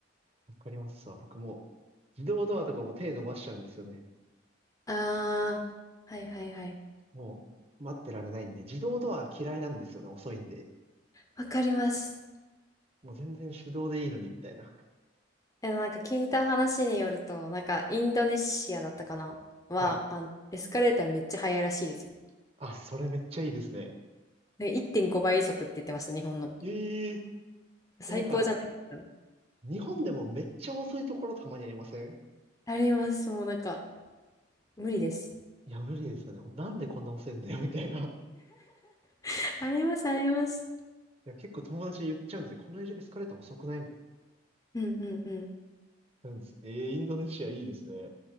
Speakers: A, on the right (about 30°); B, on the left (about 15°).
A: わかりますわ。僕も自動ドアとかも手伸ばしちゃうんですよね。
B: あー、はいはいはい。
A: もう待ってられないんで、自動ドア嫌いなんですよね。遅いんで。
B: わかります。
A: もう全然手動でいいのにみたいな。<laughs>
B: えなんか聞いた話によると、なんかインドネシアだったかなは、
A: はい。
B: あの、エスカレーターめっちゃ速いらしいですよ。
A: あ、それめっちゃいいですね。
B: なんか1.5倍速って言ってました、日本の。
A: ええ
B: 最高じゃないですか。
A: え、なんか、日本でもめっちゃ遅いところたまにありません
B: あります。もうなんか、無理です。
A: いや、無理ですよね。なんでこんな遅いんだよ、<laughs> みたいな。
B: <laughs> あります、あります。
A: いや、結構友達に言っちゃうんですよ。このエスカレーター遅くないみたい
B: うんうんうん。
A: な。なんです。えーインドネシアいいですね。